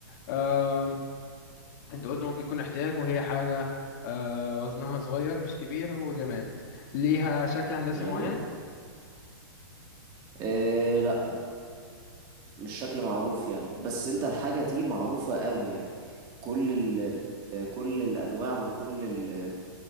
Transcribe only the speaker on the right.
ايوه
إيه لا مش شكل معروف يعني بس انت الحاجة دي معروفة قوي يعني كل ال كل الانواع وكل ال